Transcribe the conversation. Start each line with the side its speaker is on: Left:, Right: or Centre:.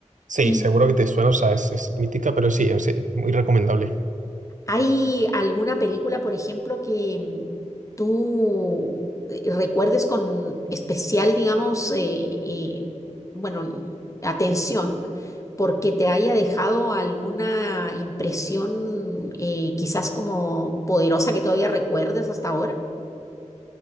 Right: Sí,
Left: ¿Y
Right: seguro que te suena, o sea, es, es mítica, pero sí, es eh, muy recomendable.
Left: hay alguna película, por ejemplo, que mm, tú eh, recuerdes con especial, digamos, eh, eh, bueno, n- atención, porque te haya dejado alguna impresión eh, quizás como poderosa que todavía recuerdes hasta ahora?